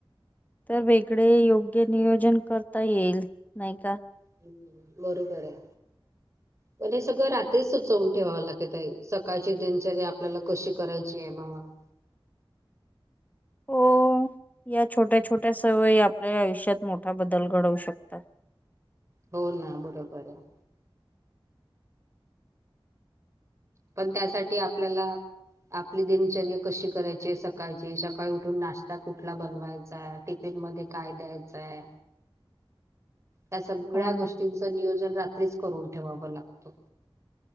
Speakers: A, on the left (about 15°); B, on the right (about 30°).
A: तर वेगळे योग्य नियोजन करता येईल नाही का?
B: हम्म, बरोबर आहे. पण हे सगळं रात्री सुचवून ठेवावं लागते. सकाळची कशी करायची आहे म म्हणून.
A: हो या छोट्या छोट्या सवयी आपल्या आयुष्यात मोठा बदल घडवू शकतात.
B: हो ना बरोबर आहे. पण त्यासाठी आपल्याला आपली दिनचर्य कशी करायची सकाळची, सकाळी उठून नाश्ता कुठला बनवायचा आहे. तेन मध्ये काय द्यायचंय. त्या सगळ्या
A: हो
B: गोष्टींच
A: ना.
B: नियोजन रात्रीच करून ठेवावं लागतं.